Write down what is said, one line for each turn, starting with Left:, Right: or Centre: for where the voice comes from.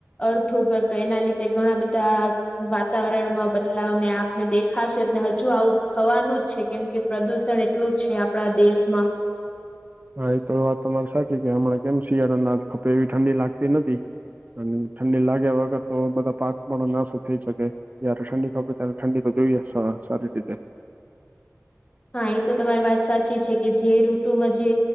Left: અર્થ ઉપર તો એના લીધે ઘણા બધા વાતાવરણમાં બદલાવ ને આપને દેખાશેને હજુ આવું થવાનું જ છે કેમ કે પ્રદુષણ એટલું જ છે આપણા દેશમાં
Right: હા એ તો વાત તમારી સાચી કે હમણાં કેમ શિયાળા અના ખપે એવી ઠંડી લાગતી નથી અને ઠંડી લાગ્યા વગર તો બધા પાક પણો નાશ થઈ શકે જયારે ઠંડી ખબે ત્યારે ઠંડી તો જોઈએ સારી રીતે
Left: હા એ તો તમારી વાત સાચી છે કે જે ઋતુમાં જે